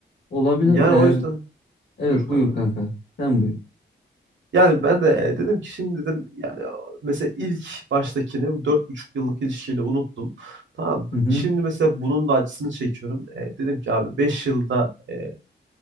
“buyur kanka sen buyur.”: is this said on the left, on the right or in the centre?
Left